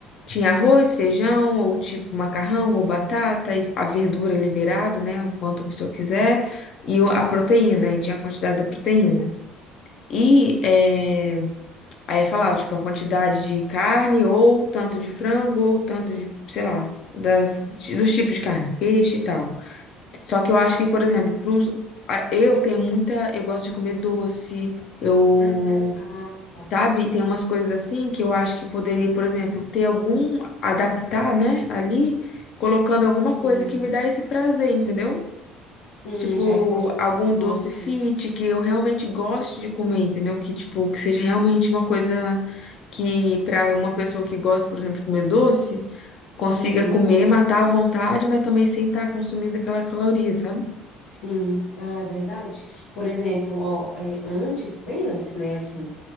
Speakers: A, on the left (about 50°); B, on the left (about 70°).
A: tinha arroz, feijão, ou tipo macarrão, ou batata, e a verdura liberado, né? O quanto a pessoa quiser, e
B: hum,
A: o- a proteína, e tinha a quantidade da proteína. E. É, Aí eu falava, tipo, a quantidade de carne, ou tanto de frango, ou tanto de, sei lá, das, dos tipos de carne, peixe e tal. Só que eu acho que, por exemplo, pros, a- eu tenho muita. Eu gosto de comer doce, eu.
B: hum. Ah, tá.
A: Sabe? Tem umas coisas assim que eu acho que poderia, por exemplo, ter algum. Adaptar, né? Ali, colocando alguma
B: Sim.
A: coisa que me dá esse prazer, entendeu?
B: Sim,
A: Tipo,
B: já que tu gosta
A: algum
B: de
A: doce
B: doce, né?
A: fit que eu realmente goste de comer, entendeu? Que, tipo, que seja realmente uma coisa que, pra uma pessoa que gosta, por exemplo, de comer doce, consiga
B: Uhum.
A: comer, matar à vontade, mas também sem estar consumindo aquela caloria, sabe?
B: Sim, ah, é verdade. Por exemplo, ó, é, antes, bem antes, né, assim,